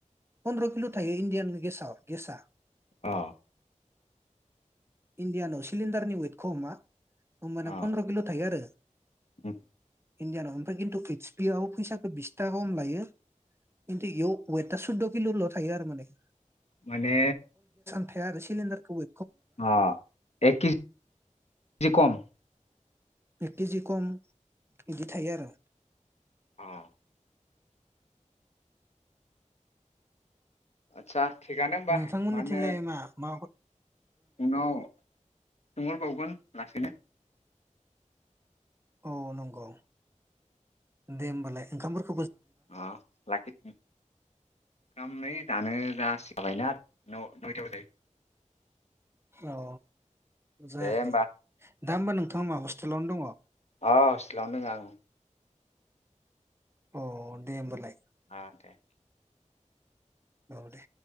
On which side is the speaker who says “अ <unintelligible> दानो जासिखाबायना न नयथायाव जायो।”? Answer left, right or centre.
Left